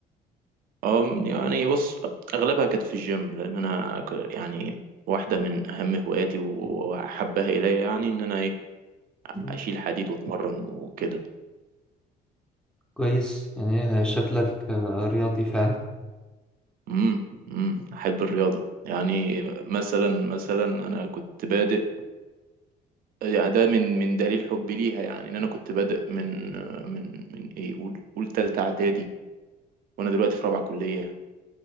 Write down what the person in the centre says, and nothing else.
مم.
كويس يعني شكلك آه، رياضي فعلا